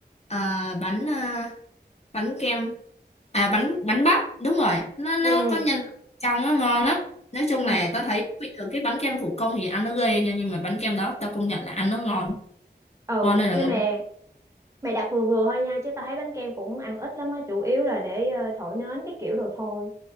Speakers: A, on the left (about 40°); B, on the right (about 15°).
A: À, bánh bánh kem à bánh bánh bắp đúng rồi nó nó
B: ừ
A: có nhân trong nó ngon lắm nói chung
B: ừ
A: là tao thấy bình thường cái bánh kem thủ công thì ăn nó ghê nha nhưng mà bánh kem đó tao công nhận là ăn nó ngon
B: ừ
A: ngon đây là
B: nhưng
A: ngon
B: mà mày đặt vừa vừa thôi nha chứ tao thấy bánh kem cũng ăn ít lắm á chủ yếu là để ờ, thổi nến cái kiểu đồ thôi